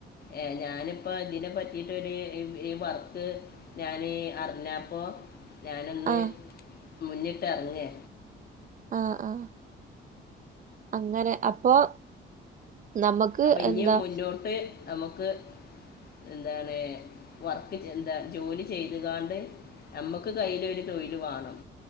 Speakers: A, on the left; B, on the right.
A: ഏഹ് ഞാനിപ്പൊ ഇതിനെ പറ്റിട്ടൊരു ഈ ഈ വർക്ക് ഞാന് അർഞ്ഞപ്പോ ഞാനൊന്ന്
B: ആഹ്
A: മുന്നിട്ടെറ്ങ്ങേ
B: ആഹ് ആഹ് അങ്ങനെ അപ്പൊ നമുക്ക്
A: അപ്പൊ ഇഞ്ഞും
B: എന്താ
A: മുന്നോട്ട് അമ്മക്ക് എന്താണ് വർക്ക് ചെന്ത ജോലി ചെയ്ത്കാണ്ട് നമ്മക്ക് കയ്യിലൊരു തൊഴില് വാണം